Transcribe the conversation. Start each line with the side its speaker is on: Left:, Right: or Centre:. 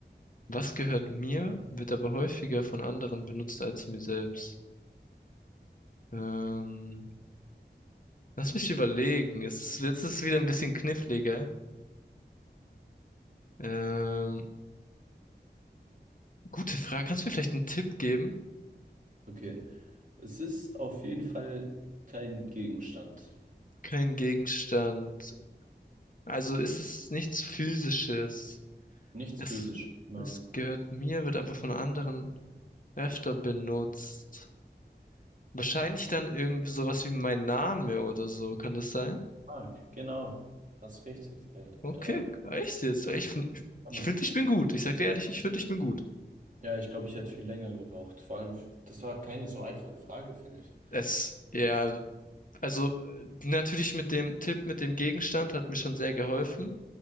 Left: Was gehört mir, wird aber häufiger von anderen benutzt als mir selbst. Ähm, lass mich überlegen. Es ist, jetzt ist es wieder ein bisschen kniffliger. Ähm, gute Frage. Kannst du mir vielleicht einen Tipp geben?
Right: Okay. Es ist auf jeden Fall kein Gegenstand.
Left: Kein Gegenstand. Also ist es nichts Physisches.
Right: Nichts
Left: Es,
Right: physisch. Genau.
Left: es gehört mir, wird aber von anderen öfter benutzt. Wahrscheinlich dann irgendwie sowas wie mein Name oder so. Kann das sein?
Right: Mark, genau. Hast richtig äh,
Left: Okay,
Right: erraten.
Left: echt jetzt? Ich finde,
Right: Kann
Left: ich,
Right: man.
Left: find, ich bin gut. Ich sag dir ehrlich, ich finde, ich bin gut.
Right: Ja, ich glaube, ich hätte viel länger gebraucht. Vor allem, für- das war keine so einfache Frage, finde ich.
Left: Es, ja, also natürlich mit dem Tipp, mit dem Gegenstand hat mir schon sehr geholfen,